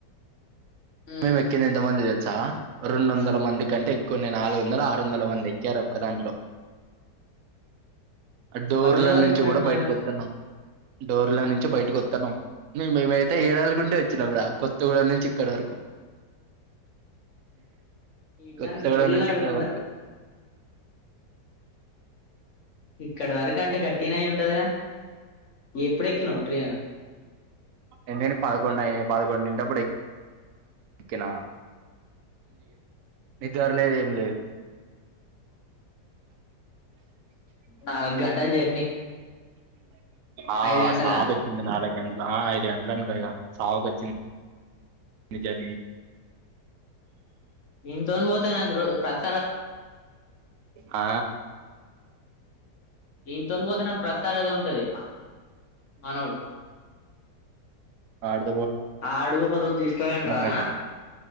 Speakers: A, on the left (about 45°); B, on the right (about 60°).
A: ఉమ్
B: మేము ఎక్కిండేంతమంది తెల్సా రెండు వందల మంది కంటే కొన్ని నాలుగు వందల ఆరు వందల మంది ఎక్కారు ఒక దాంట్లో అ డోర్ల
A: ఒకరి మీద ఒకరు
B: నుంచి
A: ఎక్కినట్టున్నారుగా
B: కూడా బయటికి వతున్నాం డోర్ల నుంచి బయటకు వస్తాను మేమైతే ఏడాలకుంటే వచ్చినాం రాకు కొత్త కూడా నుంచి ఇక్కడ వరకు
A: ఈడదానికి
B: కొత్తగూడెం
A: ఏళ్ళు
B: నుంచి
A: ఆడుకుంటా
B: ఇక్కడ వరకు
A: ఇక్కడ వరకంటే గట్టిన అయి ఉంటదిగా ఎప్పుడెక్కినవ్ ట్రైన్
B: ఏంటంటడి పదకొండు అయ పదకొండుంటప్పుడు ఎక్కినా నిదిరలేదు ఏం లేదు
A: నాలుగు గంటల జర్నీ
B: ఆ
A: ఐదు గంటలా
B: సాపచ్చింది నా ఎ ఆ ఐదు ఎంటల అనుకాక సావుక వచ్చింది అ జర్నీ
A: ఇంతోనిపోతే నాకు ప్రతి
B: ఆ
A: ఈంతోన్ పోతే నాక్ ప్రత్సరాదే ఉంటది మనోడు
B: ఆడు
A: ఆడు ఒక రోజు తీస్కబోయినడ్రా
B: బెటర్